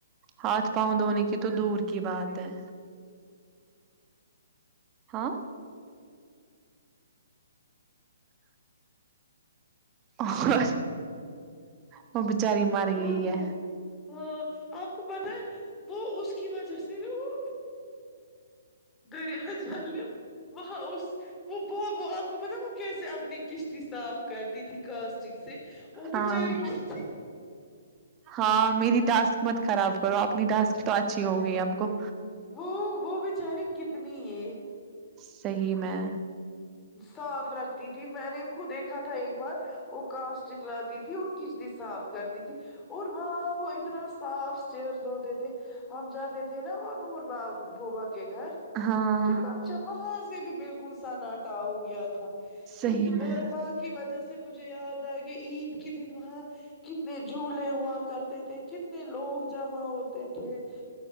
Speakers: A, on the right; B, on the left.
A: ہاتھ پاؤں دھونے کی تو دور کی بات ہے ہاں اور وہ بچاری مر
B: نور
A: گئی
B: بو،
A: ہے
B: ہاں آپ کو پتا ہے وہ اس کی وجہ سےا وہ دری جہام وہاں اس وہ ب وہ آپ کو پتا وہ کیسے اپنی کشتی صاف کرتی تھی کلاسٹک سے وہ بچاری
A: ہاں
B: کسی
A: ہاں میری ٹاسک مت خراب کرو اپنی ٹاسک تو اچھی ہوگئی آپ کو
B: وہ وہ بچاری کتنی ہے
A: صحیح میں
B: صاف رکھتی تھی میں نے اس خو دیکھا تھا ایک بار وہ کاسٹک لاتی تھی اور کشتی صاف کرتی تھی اور وہاں وہ اتنا صاف چیئرز ہوتے تھے ہم جاتے تھے نا وہ نور با بھوبا کے گھر
A: ہاں
B: کتانا جب وہاں سے بھی بالکل سناٹا ہو گیا تھا
A: صحیح
B: اس ب
A: میں
B: پ کی وجہ سے مجھے یاد آئے کہ عید کے دن وہاں کتنے جولے ہوا کرتے تھے کتنے لوگ جمع ہوتے تھے